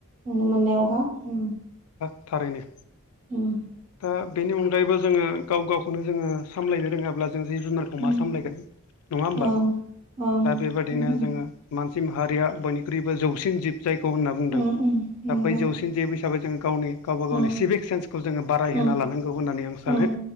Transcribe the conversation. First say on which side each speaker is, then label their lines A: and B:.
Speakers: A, on the right; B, on the left.
A: नुनो मोननायावहा उम
B: ओ थारैनो
A: उम
B: ओ बेनि अनगायैबो जोङो गाव गावखौनो जोङो सामलायनो रोङाब्ला जों जिब जुनार खौ मा
A: उम
B: सामलायगोन नङा होमबा!
A: ओं ओं
B: दा बेबादिनो
A: उम
B: जोङो मानसि माहारिया बयनिख्रुइबो जौसिन जिब जायखौ होनना बुंदों।
A: उम उम
B: दा
A: नंगौ
B: बै जौसिन जिब हिसाबै जों गावनि गावबा
A: उम
B: गावनि सिभिक सेन्सखौ जोङो बाराय
A: उम
B: होना लानांगौ होननानै आं सानो।
A: उम